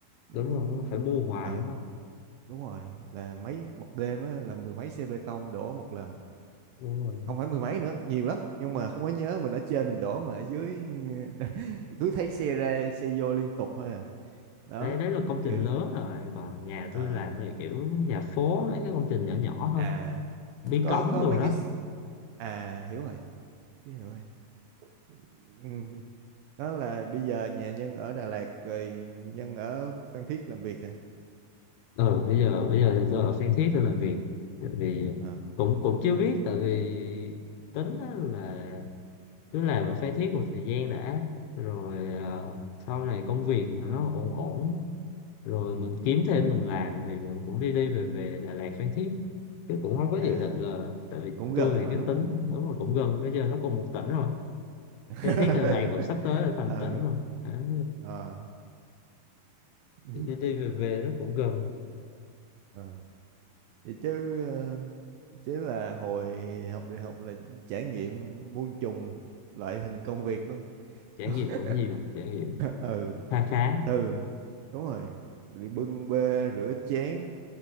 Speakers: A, on the right; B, on the left.
A: Ừm,
B: đúng rồi phải mua ngoài
A: ờ
B: đúng không
A: đúng rồi là mấy một đêm á, là mười mấy xe bê tông đổ một lần
B: đúng rồi
A: không phải mười mấy nữa nhiều lắm nhưng mà không có nhớ mình ở trên mình đổ mà ở dưới <laughs> cứ thấy xe ra xe vô liên tục thôi à đó
B: đấy đấy là công trình
A: kiểu
B: lớn rồi còn nhà
A: ờ
B: tôi làm thì kiểu nhà phố mấy cái công trình nhỏ nhỏ thôi
A: à
B: bí
A: có
B: cống
A: có
B: đồ
A: mấy
B: đó
A: cái à hiểu rồi chứ hiểu rồi <laughs> ừ. đó là bây giờ nhà Nhân ở Đà Lạt rồi Nhân ở Phan Thiết làm việc hả
B: ừ bây giờ bây giờ thì tôi ở Phan Thiết tôi làm việc tại vì
A: Ờ,
B: cũng cũng chưa biết tại vì tính á là cứ làm ở Phan Thiết một thời gian đã rồi ờ, sau này công việc mà nó ổn ổn rồi
A: ừ.
B: mình kiếm thêm mình làm thì mình cũng đi đi về về Đà Lạt Phan Thiết chứ cũng không có
A: à
B: dự định là tại vì
A: cũng
B: tôi
A: gần
B: thì
A: mà
B: cái
A: đúng
B: tính
A: không
B: đúng là cũng gần bây giờ nó cùng một tỉnh rồi
A: <laughs>
B: Phan Thiết là lại cũng sắp tới là thành
A: ờ
B: tỉnh rồi Đấy,
A: ờ <laughs>
B: thì đi đi về về nó cũng gần
A: ờ vậy chứ ờ, chứ là hồi học đại học là trải nghiệm muôn trùng loại hình công việc lắm
B: trải
A: <laughs>
B: nghiệm cũng nhiều trải nghiệm
A: ừ
B: khá khá
A: ừ đúng rồi đi bưng bê rửa chén